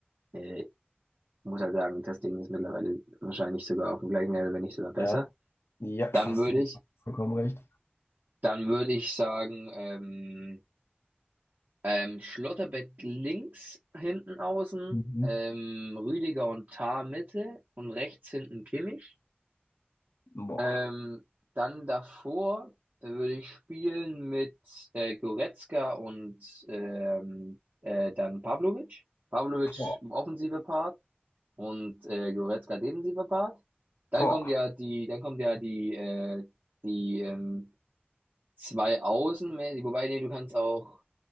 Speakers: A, on the right (about 50°); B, on the left (about 80°).
A: äh, muss halt sagen, Ter Stegen ist mittlerweile wahrscheinlich sogar auf dem gleichen Level, wenn nicht sogar besser.
B: Ja. Ja,
A: Dann
B: hast
A: würde
B: du
A: ich,
B: vollkommen recht.
A: dann würde ich sagen, ähm, Ähm, Schlotterbeck links hinten außen,
B: Mhm.
A: ähm, Rüdiger und Tah Mitte und rechts hinten Kimmich.
B: Boah.
A: Ähm, dann davor äh, würde ich spielen mit äh, Goretzka und ähm, äh, dann Pavlovic. Pavlovic
B: Boah.
A: im offensive Part und äh, Goretzka defensiver Part. Dann
B: Boah.
A: kommt ja die, dann kommt ja die, äh, die ähm, zwei Außen, wobei nee, du kannst auch,